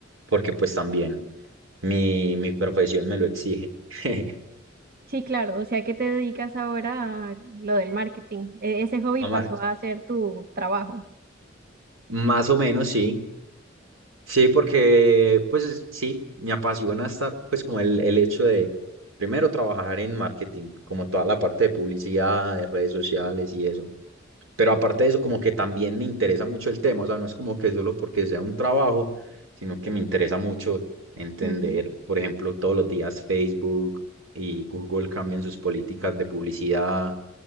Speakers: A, on the right (about 80°); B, on the right (about 50°).
A: Porque pues también mi, mi profesión me lo exige. <laughs>
B: Sí, claro, o sea que te dedicas ahora a lo del marketing. E- ese hobby
A: Amar.
B: pasó a ser tu trabajo.
A: Más o menos, sí. Sí, porque pues sí, me apasiona estar, pues como el, el hecho de, primero, trabajar en marketing, como toda la parte de publicidad, de redes sociales y eso. Pero aparte de eso, como que también me interesa mucho el tema, o sea, no es como que solo porque sea un trabajo, sino que me interesa mucho entender,
B: Ujú.
A: por ejemplo, todos los días Facebook y Google cambian sus políticas de publicidad,